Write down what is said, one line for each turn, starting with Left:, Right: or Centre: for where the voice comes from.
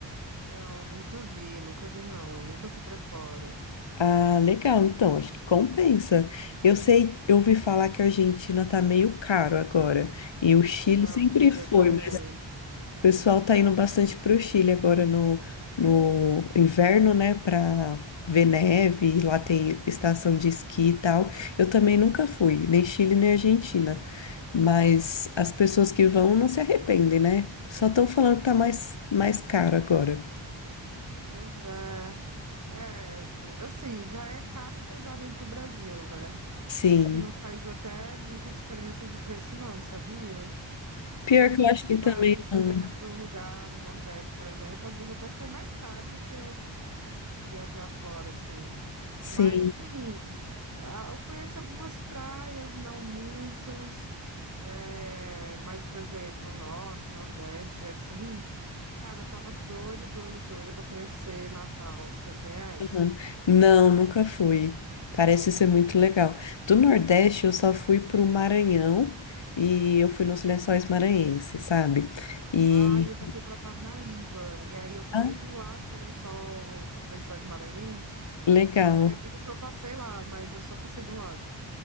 Right: Não, nunca vi, nunca vi não, nunca fui pra fora.
Left: Ah, legal. Então, acho que compensa. Eu sei, eu ouvi falar que a Argentina tá meio caro agora. E o Chile
Right: Pois é,
Left: sempre
Right: eu ouvi dizer
Left: foi,
Right: também.
Left: mas o pessoal tá indo bastante pro Chile agora no, no inverno, né? Pra ver neve. e Lá tem estação de esqui e tal. Eu também nunca fui, nem Chile nem Argentina. Mas as pessoas que vão não se arrependem, né? Só estão falando que tá mais, mais caro agora.
Right: Pois é. É, assim, já é caro viajar dentro do Brasil, né?
Left: Sim.
Right: Acho que não faz até muita diferença de preço não, sabia? Porque
Left: Pior
Right: às
Left: que
Right: vezes
Left: eu acho
Right: você
Left: que
Right: vai,
Left: também
Right: dependendo
Left: não.
Right: do lugar, no Nordeste, por exemplo, às vezes até sai mais caro do que viajar fora, assim.
Left: Sim.
Right: Mas, assim, a- eu conheço algumas praias, não muitas, é, mas, por exemplo, o norte, nordeste, assim, cara, eu tava doida, doida, doida pra conhecer Natal. Você conhece?
Left: Aham. Não, nunca fui. Parece ser muito legal. Do Nordeste, eu só fui pro Maranhão e eu fui nos Lençóis Maranhenses, sabe? E
Right: Ah, eu já fui pra Parnaíba, e aí eu passei
Left: ah,
Right: do lado do lençol, dos lençóis maranhenses.
Left: legal.
Right: Eu digo que eu passei lá, mas eu só passei do lado.